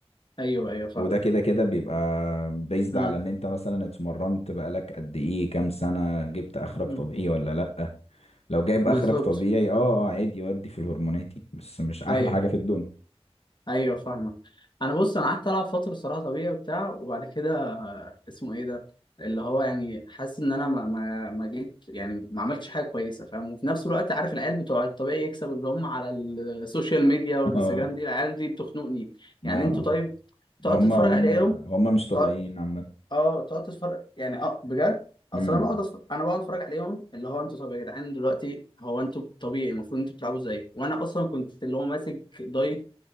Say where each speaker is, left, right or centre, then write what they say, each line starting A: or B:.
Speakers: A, on the left; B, on the left.
A: ايوه ايوه فاهم
B: وده كده كده بيبقى بيزد
A: امم
B: على ان انت مثلا اتمرنت بقالك قد ايه كام سنة جبت اخرك
A: أمم.
B: طبيعي ولا لأ لو جايب
A: بالظبط
B: اخرك طبيعي اه اه عادي ودي في الهرموناتي بس مش احلى
A: ايوه
B: حاجة في الدنيا
A: ايوه فاهمك انا بص انا قعدت العب فتره صراحه طبيعي وبتاع وبعد كده اسمه ايه ده اللي هو يعني حاسس ان انا ما ما ما جيت يعني ما عملتش حاجه كويسه فاهم وفي نفس الوقت عارف العيال بتوع الطبيعي يكسب اللي هم على السوشيال ميديا والانستجرام
B: <laughs> اه
A: دي العيال دي بتخنقني يعني
B: اه
A: انتوا طيب تقعد
B: هم
A: تتفرج
B: هم
A: عليهم
B: هم مش طبيعيين
A: تقعد
B: عامة
A: اه تقعد تتفرج يعني اه بجد اصل
B: امم
A: انا بقعد أتفرج... انا بقعد اتفرج عليهم اللي هو انتوا طب يا جدعان دلوقتي هو انتوا طبيعي المفروض انتوا بتلعبوا زي وانا اصلا كنت اللي هو ماسك دايت